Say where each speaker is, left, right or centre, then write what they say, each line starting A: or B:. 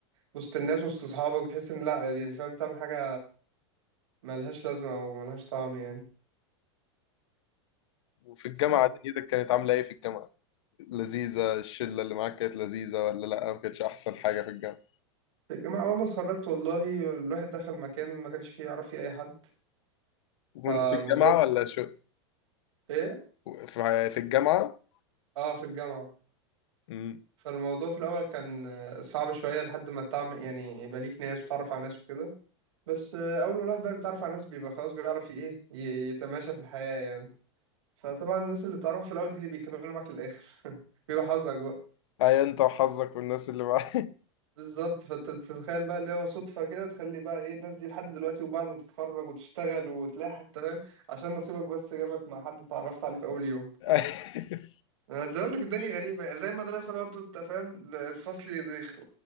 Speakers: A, on the right; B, on the left.
A: وسط الناس وسط اصحابك بتحس ان لا يعني فاهم تعمل حاجه ملهاش لازمه او ملهاش طعم يعني
B: وفي الجامعه
A: ف
B: دنيتك كانت عامله ايه في الجامعه لذيذة الشلة اللي معاك كانت لذيذة ولا لأ ما كانتش أحسن حاجة في الجامعة
A: في الجامعه اول ما اتخرجت والله الواحد دخل مكان ما كانش فيه يعرف فيه اي حد
B: وكنت
A: فالموضوع
B: في الجامعة ولا شو
A: ايه
B: في في الجامعة
A: اه في الجامعه
B: امم
A: فالموضوع في الاول كان آه، صعب شويه لحد ما تعمل يعني يبقى ليك ناس وتعرف على ناس وكده بس آه، اول ما الواحد بقى بيتعرف على ناس بيبقى خلاص بيعرف ايه ي- يتماشى في الحياه يعني فطبعا الناس اللي بتعرفها في الاول دي اللي بيكملوا معاك للاخر <laughs> بيبقى حظك بقى
B: أي أنت وحظك والناس اللي معاك
A: بالظبط فانت بتتخيل بقى اللي هو صدفه كده تخلي بقى ايه الناس دي لحد دلوقتي وبعد ما تتخرج وتشتغل وتلاقي حتى فاهم عشان نصيبك بس جابك مع حد اتعرفت عليه في اول يوم
B: <laughs>
A: انا بقول لك الدنيا غريبه زي المدرسه برضه انت فاهم الفصل يدخ...